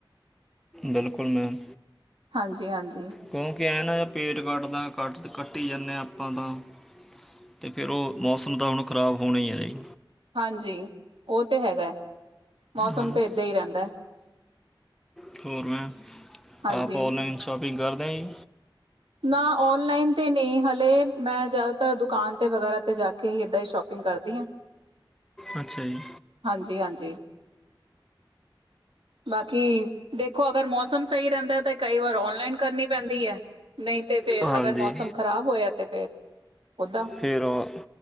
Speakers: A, in the centre; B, on the right.
A: ਬਿਲਕੁਲ ਮੈਮ
B: ਹਾਂਜੀ ਹਾਂਜੀ
A: ਕਿਉਂਕਿ ਇਹ ਨਾ ਪੇਟ ਕੱਟਦਾ ਕੱਟ ਕੱਟ ਹੀ ਜਾਂਦੇ ਹਾਂ ਆਪਾਂ ਤਾਂ ਅਤੇ ਫਿਰ ਉਹ ਮੌਸਮ ਤਾਂ ਹੁਣ ਖ਼ਰਾਬ ਹੋਣਾ ਹੀ ਹੈ ਜ ਜੀ
B: ਹਾਂਜੀ ਉਹ ਤਾਂ ਹੈਗਾ ਮੌਸਮ
A: ਹਾਂਜੀ
B: ਤਾਂ ਇੱਦਾਂ ਹੀ ਰਹਿੰਦਾ
A: ਠਰ ਮੈਂ
B: ਹਾਂਜੀ
A: ਆਪ ਔਨਲਾਈਨ ਸ਼ੋਪਿੰਗ ਕਰਦੇ ਜੀ
B: ਨਾ ਔਨਲਾਈਨ ਤੇ ਨਹੀਂ ਹਾਲਲੇ ਮੈਂ ਜ਼ਿਆਦਾਤਰ ਦੁਕਾਨ ਤੇ ਵਗੈਰਾ ਤੇ ਜਾ ਕੇ ਹੀ ਇੱਦਾਂ ਹੀ ਸ਼ੋਪ ਿੰਗ ਕਰਦੀ ਹਾਂ
A: ਅੱਛਾ ਜੀ
B: ਹਾਂਜੀ ਹਾਂਜੀ ਬਾਕੀ ਦੇਖੋ ਅਗਰ ਮੌਸਮ ਮੌਸਮ ਸਹੀ ਰਹਿੰਦਾ ਤੇ ਕਈ ਵਾਰ ਔਨਲਾਈਨ ਕਰਨੀ ਪੈਂਦੀ ਹੈ ਨਹੀਂ ਤੇ ਫੇਰ
A: ਹਾਂਜੀ
B: ਅਗਰ ਮੌਸਮ ਖ਼ਰਾਬ ਹੋਇਆ ਫ
A: ਫਿਰਿਰ